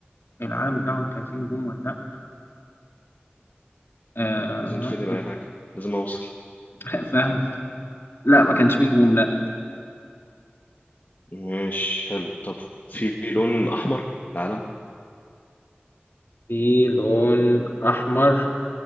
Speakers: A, on the left; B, on the left.
A: العالم بتاعهم كان فيه نجوم ولا لأ آه
B: لازم تفيدني بأي حاجة لازم أوصل
A: <laughs> فاهم لا ما كانش فيه نجوم لا
B: ماشي حلو طب في لون أحمر العلم
A: في لون أحمر